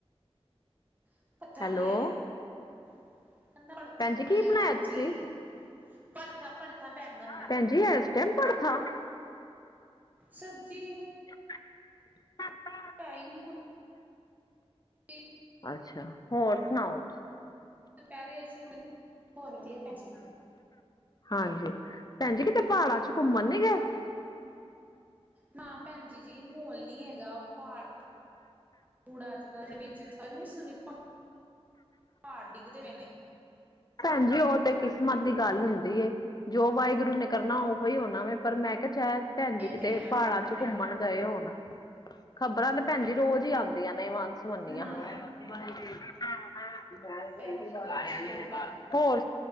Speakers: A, on the right (about 15°); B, on the left (about 40°).
A: <unintelligible>
B: ਹੈਲੋ
A: ਦਾ ਭੜਥਾ
B: ਭੈਣ
A: ਬਣਾਇਆ
B: ਜੀ ਕੀ
A: ਭੈਣਜੀ
B: ਤੁਸੀਂ?
A: ਭੜਥਾ-ਭੜਥਾ ਬੈਂਗਣ ਦਾ
B: ਭੈਣ ਜੀ ਇਸ ਟਾਈਮ ਭੜਥਾ
A: ਸਬਜ਼ੀ
B: <inaudible>
A: ਆਈ ਨਹੀਂੀ ਕੋਈ ਠੀਕ
B: ਅੱਛਾ ਹੋਰ ਸੁਣਾਓ
A: ਦੁਪਹਿਰੇ ਅਸੀਂ ਰ ਹੋਰ ਹੋਰ ਵਧੀਆ ਭੈਣ ਜੀ
B: ਹਾਂਜੀ ਭੈਣ ਜੀ ਕਿ ਤੇ ਪਹਾੜਾਂ ਚ ਘੁੰਮਣ ਨੀ ਗਏ?
A: ਨਾ ਭੈਨ ਜੀ, ਜੀ ਮੋਹਲ ਨੀ ਹੈਗਾ ਪਹਾੜ <unintelligible> ਅੱਜ ਕੱਲ੍ਹ ਵਿੱਚ ਗ ਨੀ ਸੁਨੀ ਪਾੜ ਪੂੜ ਡਿੱਗਦੇ ਪੇ ਨੇ।
B: ਭੈਣ ਜੀ ਉਹ ਤੇ ਕਿਸਮਤ ਦੀ ਗੱਲ ਹੁੰਦੀ ਏ ਜੋ ਵਾਹਿਗੁਰੂ ਨੇ ਕਰਨਾ ਉਹ ਹੋਈ ਹੋਨਾ ਵੇ, ਪਰ ਮੈਂ ਕੇਆ ਸ਼ ਭੈਂਜੀ
A: ਇਹ
B: ਕਿਤੇ
A: ਤੇ ਹੈ
B: ਪਾਹੜਾਂ
A: ਭੈਣ
B: ਚ
A: ਜੀ
B: ਘੁੰਮਣ ਗਏ ਹੋਨ। ਖ਼ਬਰਾਂ ਤੇ ਭੈਣਜੀ ਰੋਜ਼ ਈ ਆਦੀਆਂ ਨੇ ਵਾਂ ਸਮੰਨੀਆਂ
A: ਨਾ
B: ਹੈ
A: ਨਾ
B: <unintelligible>
A: ਭੈਣ ਜੀ ਬੱਚਾ ਛੋਟਾ
B: <inaudible> ਹੋਰ